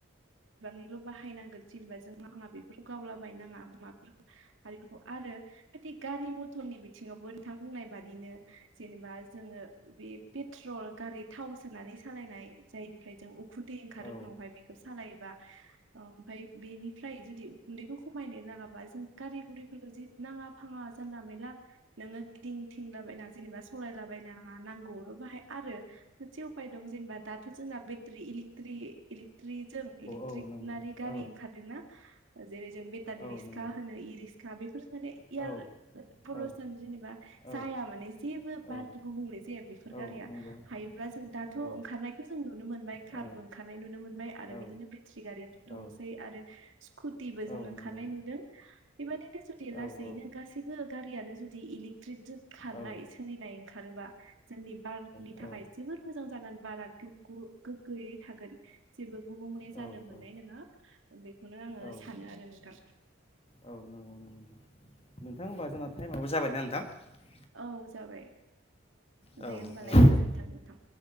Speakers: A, on the right; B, on the left.
A: गोबांनिबो बाहायनांगोन जेनेबा जों मा हाङा बे <unintelligible> फोरखौ गावला बायनोनाङा माफोरखौ आरो बेफोरखौ आरो खादि गारि मथरनि बिथिङावबो नोंथां बुंनाय बादिनो जेनेबा जोङो बे पेट्रल गारि थाव सोनानै सालायनाय जायनिफ्राय जों उ खुन्दै ओंखारो
B: औ
A: उनावहाय बेखौ सालायो ओमफ्राय बेनिफ्राय जुदि उखुन्दैखौ खमायनो लाङाबा जों गारि गुरि फोरखौ जे नाङा फाङा जानला मेनला नोङो गिदिं थिंलाबायना जेनेबा सालायलाबायना मा नांगौ आवल' बाहाय आरो मोनसे उफाय दं जेनेबा दा थ' जोंना बेटारि इलि ट्रि इलिक ट्रि जों इलेक्ट्रिकनारि
B: औ नंगौ
A: गारि
B: औ
A: ओंखारदों ना जेरै जों बेटारि
B: औ
A: रिसका
B: नंगौ
A: होनो इ रिसक का बेफोर माने एयार
B: औ
A: पलुसन
B: औ
A: जेनेबा
B: औ
A: जाया माने जेबो
B: औ
A: बार गुबुंले जाया बेफोर
B: औ
A: गारिया
B: नंगौ
A: हायोब्ला जों दाथ'
B: औ
A: ओंखारनाय जों नुनो मोनबाय कारबो
B: औ
A: ओंखारनाय नुनो मोनबाय आरो
B: औ
A: बिदिनो बेटारि गारियाथ' दंसै
B: औ
A: आरो स्कुटिबो
B: औ
A: जों ओंखारनाय
B: नंगौ
A: नुदों। बे बायदि जुदि
B: औ
A: लासैनो
B: औ
A: गासैबो गारियानो जु दि इलि ट्रिकजों खारनाय
B: औ
A: सोलिनाय ओंखारोबा जोंनि बारनि
B: औ
A: थाखाय जोबोर मोजां जागोन बारा गु गोग्गोयै थागोन जेबो गुबुंले
B: औ
A: जानो मोननाय नङा बेखौनो आङो
B: औ
A: सानो आरो नोंथां
B: औ नंगौ नंगौ नोंथां होमबा जोंना टाइमआबो जाबायना नोंथां?
A: औ जाबाय
B: औ
A: दे होमबालाय
B: औ
A: गोजोनथों
B: दे
A: नोथां